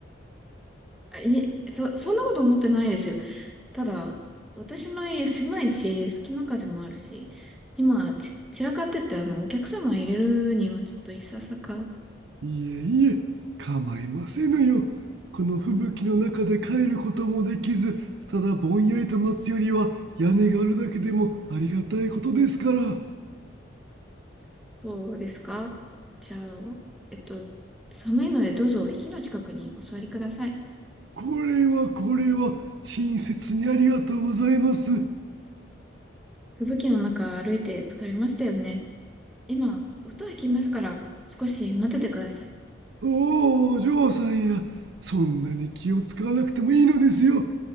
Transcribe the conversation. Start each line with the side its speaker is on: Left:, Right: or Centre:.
Centre: あ、いえ、そ、そんなこと思ってないですよ。ただ、私の家狭いし、隙間風もあるし、今、ち、散らかってて、あの、お客様入れるにはちょっといささか
Right: いえいえ構いませぬよこの吹雪の中で帰ることもできずただぼんやりと待つよりは屋根があるだけでもありがたいことですから。
Centre: そうですかじゃあ、えっと、寒いのでどうぞ火の近くにお座りください。
Right: これはこれは親切にありがとうございます
Centre: 吹雪の中歩いて疲れましたよね。今、音がきますから少し待っててください。
Right: おおお嬢さんやそんなに気を使わなくてもいいのですよ